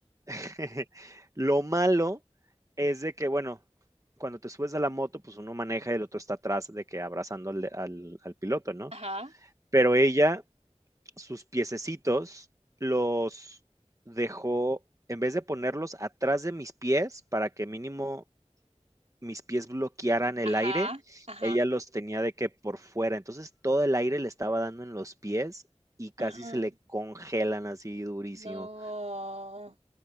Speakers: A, on the right (about 30°); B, on the right (about 70°).
A: <laughs> Lo malo es de que, bueno, cuando te subes a la moto, pues uno maneja y el otro está atrás de que abrazando al, al al piloto, ¿no?
B: Ajá.
A: Pero ella, sus piececitos, los dejó, en vez de ponerlos atrás de mis pies para que mínimo mis pies bloquearan el
B: Ajá.
A: aire,
B: Ajá.
A: ella los tenía de que por fuera. Entonces todo el aire le estaba dando en los pies y casi
B: Ajá.
A: se le congelan así durísimo.
B: No.